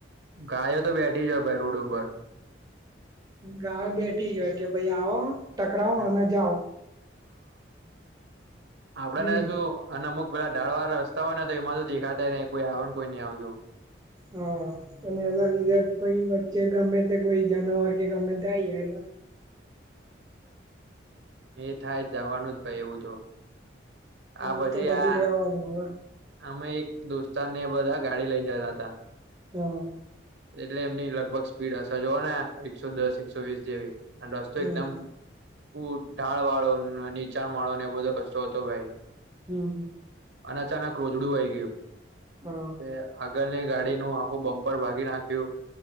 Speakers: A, on the right; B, on the right.
A: ગાયો તો બેઠી જ ભાઈ રોડ ઉપર
B: ગાય બેઠી જ હોય કે ભાઈ આવો ટકરાવ
A: હા
B: અને જાઓ
A: આપડે
B: હમ
A: ને શું અને અમુક પેલા ઢાળવા કહો ને તો એમાં તો દેખાતા ને કોઈ આવે ને કોઈ નહી આવે જો
B: હા અને એના લીધે કોઈ વચ્ચે ગમે તે કોઈ જનાવર કે ગમે તેઈ જાય એ
A: હ એ થાય જવાનું જ ભાઈ એવું તો આ પછી
B: એ તો બધું
A: આ
B: રેવાનું હવે
A: અમે એક દોસ્તર ને એ બધા ગાડી લઈને જતા હતા
B: હા
A: એટલે એમની લગભગ સ્પીડ હશે જોવ ને આ એકસો દસ એકસો વીસ જેવી અને રસ્તો
B: હા
A: એકદમ <unintelligible> ઢાળ વાળો ન નીચાણ વાળો ને એ બધો રસ્તો હતો ભાઈ
B: હમ
A: અને અનાચાનક રોજડું આઈ ગયું
B: હા
A: તે આગળની ગાડી નું આખું બમ્પર ભાગી નાખ થયું